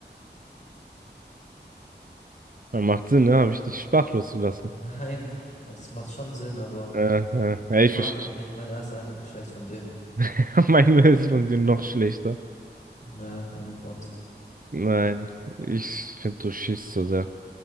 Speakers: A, on the right (about 50°); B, on the left (about 40°).
A: Ja, macht Sinn, ne? Habe ich dich sprachlos gelassen.
B: Nein, ja, das macht schon Sinn, aber.
A: Äh, äh, ja,
B: Ich
A: ich
B: mag
A: verstehe
B: dich
A: schon.
B: nicht. Mein erster Eindruck ist schlecht von dir.
A: <laughs> Meine ist von dir noch schlechter.
B: Ja, ohne Grund.
A: Nein, ich finde, du schießt so sehr.